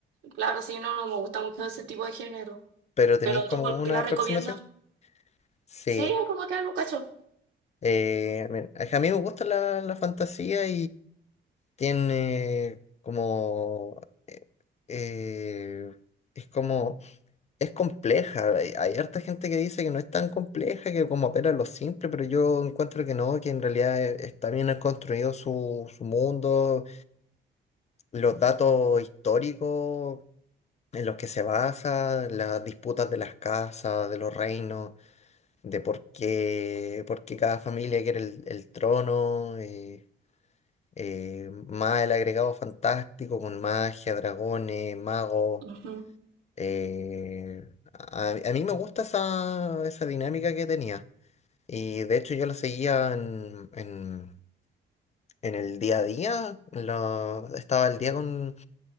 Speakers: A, on the right; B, on the left.
A: claro, sí, no, no me gusta mucho ese tipo de género.
B: pero tenéis
A: Pero
B: como
A: tú, ¿por
B: una
A: qué la
B: aproximación.
A: recomiendas?
B: Sí.
A: Sí, es como que algo cacho.
B: Eh, a mí a mí me gusta la, la fantasía tiene como... eh, eh, es como... Es compleja. Hay, hay harta gente que dice que no es tan compleja, que como apela a lo simple, pero yo encuentro que no, que en realidad eh, está bien construido su, su mundo, los datos históricos en los que se basa, las disputas de las casas, de los reinos, de por qué, por qué cada familia quiere el, el trono. eh, eh, más el agregado fantástico con magia, dragones, magos.
A: Ujú.
B: eh, a, a mí me gusta esa, esa dinámica que tenía. Y de hecho yo la seguía en, en- en el día a día. lo- estaba al día con,